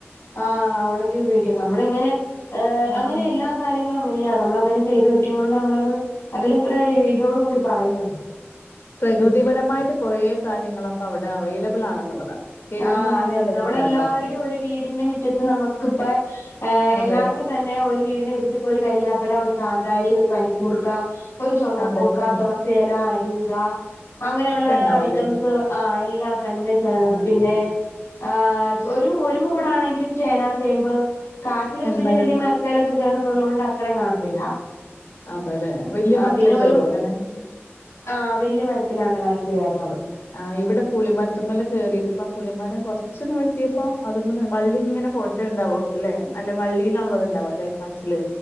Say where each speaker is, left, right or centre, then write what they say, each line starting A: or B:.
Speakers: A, on the left; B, on the left.
A: ആഹ് ഒണക്കി ഉപയോഗിക്കും നമ്മള് ഇങ്ങനെ ഏഹ്
B: ആഹ്
A: അങ്ങനെ എല്ലാം കാര്യങ്ങളും അങ്ങനെയാണ് നമ്മളങ്ങനെ ചെയ്ത് വെക്കുന്നൊണ്ട് നമ്മളത് അതിലെ ഇത്ര ഇതോട് കൂടി പറയുന്നത്
B: പ്രകൃതിപരമായിട്ട് കുറേ കാര്യങ്ങൾ അപ്പ അവിടെ അവൈലബിൾ ആണെന്നുള്ളതാണ് കേൾക്കുമ്പോ
A: ആഹ്
B: നല്ല
A: അതെ അതെ
B: രസണ്ട്
A: നമ്മളെല്ലാവരുടെയും
B: കേട്ടോ
A: ഒരു വീടിന്റെ മിറ്റത്ത് നമുക്കിപ്പ
B: അതെ
A: എല്ലാർ ക്കും തന്നെ ഒരു വീടന് മിറ്റത്തിപ്പോ ഒരു കരിയാപ്പല ഒരു കാന്താരി ഒരു പനിക്കൂർക്ക ഒരു ചുമക്കൂർക്ക
B: അതൊക്കെ
A: തുളസേല അരൂത അങ്ങനെയുള്ള
B: ഒക്കെ ഉണ്ടാവുംല്ലേ
A: ഐറ്റംസ്- ആ എല്ലാം തന്നെ
B: ആഹ്
A: പിന്നെ ആഹ് ഒരു ഒര് മൂടാണെങ്കിലും ചേന ചേമ്പ് കാച്ചിലൊക്കെ
B: എന്തായാലും
A: പിന്നെ വലിയ മരത്തയിലൊക്കെ കേയറുന്നള്ള കൊണ്ട് അത്രം കാണത്തില്ല
B: അതല്ലെ വല്യ
A: ആഹ്
B: മരത്തില്
A: പിന്നെ
B: കേറോ
A: ഒരു
B: അങ്ങനെ
A: ആഹ് വലിയ മരത്തിലാണ് കാച്ചില് കേർണത്
B: ആഹ് ഇവിടെ പുളിമരത്തിമ്മേൽ കേറിയിട്ട് പ്പ ആ പുളിമരം കുറ ന്ന് വെട്ടിയപ്പോ അത വള്ളി ഇങ്ങനെ പോയിട്ട്ണ്ടാവും അല്ലെ നല്ല വള്ളിയിലാണുള്ളത് ഉണ്ടാവ അല്ലെ കാച്ചില്